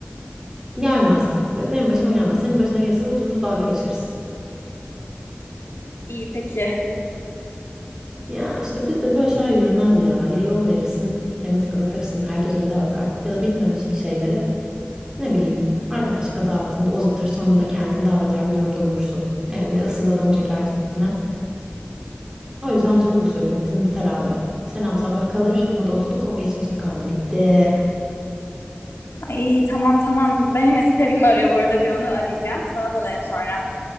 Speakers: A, on the right (about 15°); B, on the left (about 85°).
A: Gelmez. Ve Benim başıma gelmez. Senin başına gelirse de otururuz dalga geçeriz.
B: İyi peki.
A: Ya işte bizde böyle şeyler yürümez ya. Ya yol verirsin, temiz kapatırsın, herkes önüne bakar. Ya da bitmemiş bir şeyleri Ne bileyim arkadaşlık adı altında uzatır sonunda kendini daha beter bir durumda bulursun. Ee, bir de ıssız adam çekersin üstüne. O yüzden Türk usulü bitti mi biter abi. Selam sabah kalır ama dostluk o geçmişte kaldı bitti.
B: İyi tamam tamam. Benim eski sevgilim arıyor bu arada bir onu arayacağım. Sana dönerim sonra.